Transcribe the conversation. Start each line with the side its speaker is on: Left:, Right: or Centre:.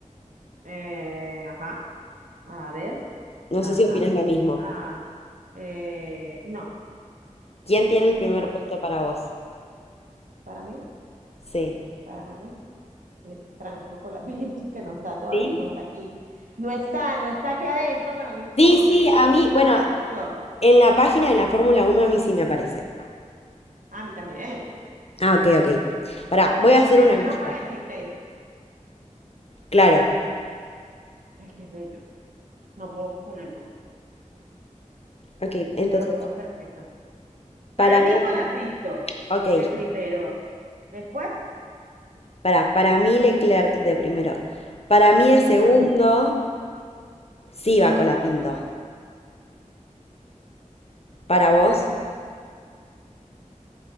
Right: Eh, ajá. A ver.
Left: No
Right: Ajá.
Left: sé si opinas lo mismo.
Right: Ah, eh, no,
Left: ¿Quién tiene el primer
Right: no.
Left: puesto para vos?
Right: Para mí,
Left: Sí.
Right: para mí. eh, Franco Colapinto, <laughs> que no está todavía,
Left: ¿Sí?
Right: no está aquí. No está, no está aquí adentro, pero no importa,
Left: Sí, sí,
Right: él
Left: a
Right: está
Left: mí,
Right: en mi
Left: bueno,
Right: corazón.
Left: en la página de la Fórmula uno a mí sí me aparece.
Right: A mí también.
Left: Ah, ok, ok. Pará, voy a hacer
Right: Del
Left: una
Right: número
Left: lista.
Right: 43.
Left: Claro.
Right: Ay, qué bello. No puedo con él.
Left: Ok, entonces,
Right: Es demasiado perfecto. Para
Left: para vos,
Right: mí, Colapinto,
Left: ok,
Right: de primero. Después,
Left: pará, para mí Leclerc de primero. Para mí de segundo,
Right: ajá,
Left: sí va Colapinto. Para vos,